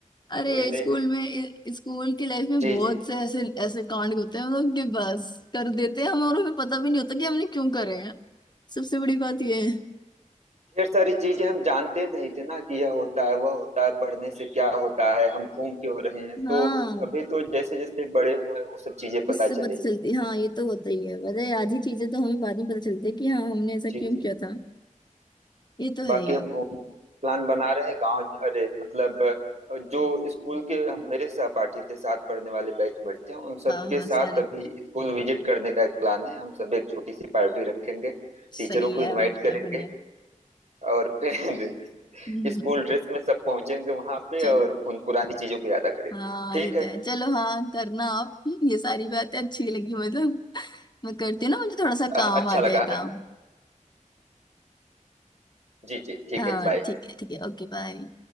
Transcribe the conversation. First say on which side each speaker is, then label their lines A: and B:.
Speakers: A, on the left; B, on the right.
A: अरे
B: कोई नहीं
A: स्कूल में इ- स्कूल की लाइफ में
B: जी
A: बहुत से ऐसे ऐसे कांड होते हैं मतलब कि बस कर देते हैं हमें और हमें पता भी नहीं होता कि हमने क्यों करे हैं सबसे बड़ी बात ये है
B: ढेर सारी चीजें हम जानते नहीं थे ना कि यह होता है वह होता है पढ़ने से क्या होता है हम घूम क्यों रहे हैं
A: हाँ
B: तो अभी तो जैसे जैसे बड़े हुए वो सब चीजें पता
A: उससे पता
B: चले
A: चलती हाँ ये तो होता ही है पता है आधी चीजें तो हमें बाद में पता चलती है कि हाँ हमने ऐसा
B: जी
A: क्यों
B: जी
A: किया था ये तो है
B: बाकी
A: ही
B: हम घूम प्लान बना रहे हैं गांव अरे मतलब अ, जो स्कूल के हम- मेरे सहपाठी थे साथ पढ़ने वाले बैचमेट थे उन सबके
A: हाँ हाँ
B: साथ
A: सारे
B: अभी स्कूल विजिट करने का एक प्लान है हम सब एक छोटी सी पार्टी रखेंगे टीचरों
A: सही
B: को
A: है
B: इनवाइट
A: और क्या
B: करेंगे
A: बढ़िया
B: और फिर
A: हम्म,
B: <laughs> स्कूल ड्रेस में सब पहुंचेंगे वहां पे
A: चलो
B: और उन पुरानी चीजों को यादा करेंगे
A: हाँ
B: ठीक
A: ये तो
B: है
A: है चलो हाँ करना आप ये सारी बातें अच्छी लगी मतलब मैं करती हूँ ना मुझे थोड़ा सा
B: अ,
A: काम
B: अच्छा
A: आ गया
B: लगा
A: है काम
B: जी जी ठीक
A: हाँ
B: है बाय
A: ठीक है ठीक है ओके बाय